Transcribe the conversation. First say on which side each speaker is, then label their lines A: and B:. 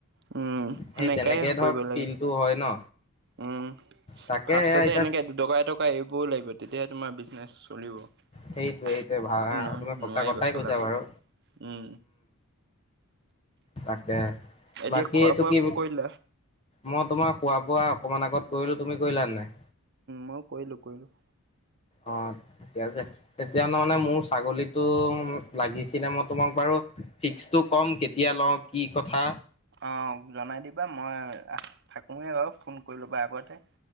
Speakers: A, on the right; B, on the left.
A: উম সেনেকাই
B: সেই তেনেকে ধৰ
A: কৰিব লাগে
B: ফিল্ডটো হয় ন।
A: উম,
B: তাকে
A: ফাৰ্ষ্টততে
B: সেয়া এতিয়া
A: এনেকে দুটকা এট কা এৰিবও লাগিব তেতিয়াহে তোমাৰ বিজনেছ চলিব। নহয়
B: সেইটোৱে সেইটোৱে ভাল
A: নহয়
B: তুমি সঁচা
A: নোৱাৰিব
B: কথাই
A: চলাবলৈ
B: কৈছা বাৰু
A: উম।
B: তাকে
A: এতিয়া
B: বাকী
A: খোৱা
B: এইটো
A: বোৱা
B: কি বু
A: কৰিলা
B: মই তোমাৰ খোৱা বোৱা অকমান আগত কৰিলো। তুমি কৰিলা নে নাই?
A: মইয়ো কৰিলোঁ কৰিলোঁ।
B: অ, ঠিকে আছে। তেতিয়া হ'লে মানে মোৰ ছাগলীটো লাগিছিলে মই তোমাক বাৰু ফিক্সটো কম কে তিয়া লওঁ কি কথা।
A: অঁ জনাই দিবা মই থাকোঁৱেই বাৰু ফোন কৰি ল'বা আগতে,